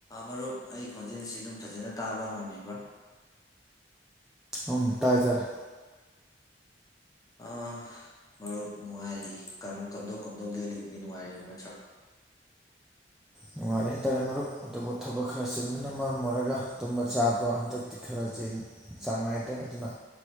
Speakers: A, on the left (about 20°); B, in the centre.
A: ꯃꯔꯨꯞ ꯑꯩ ꯈꯣꯟꯖꯦꯜꯁꯤ ꯑꯗꯨꯝ ꯐꯖꯅ ꯇꯥꯕ ꯉꯝꯕꯤꯕ꯭ꯔꯥ
B: ꯎꯝ ꯇꯥꯏꯦ ꯇꯥꯔꯦ
A: ꯑꯥ ꯃꯔꯨꯞ ꯅꯨꯡꯉꯥꯏꯔꯤ ꯀꯝꯗꯧ ꯀꯝꯗꯧ ꯂꯦꯜꯂꯤꯕꯒꯤ ꯅꯨꯡꯉꯥꯏꯔꯤꯕ ꯅꯠꯇ꯭ꯔꯣ
B: ꯅꯨꯡꯉꯥꯏꯔꯦ ꯍꯥꯏꯇꯥꯔꯦ ꯃꯔꯨꯞ ꯑꯗꯨꯕꯨ ꯊꯕꯛ ꯈꯔ ꯆꯤꯟꯕꯅ ꯃꯔꯝ ꯑꯣꯏꯔꯒ ꯇꯨꯝꯕ ꯆꯥꯕ ꯍꯟꯗꯛꯇꯤ ꯈꯔ ꯆꯦꯟ ꯆꯥꯡ ꯅꯥꯏꯗ꯭ꯔꯦ ꯑꯗꯨꯅ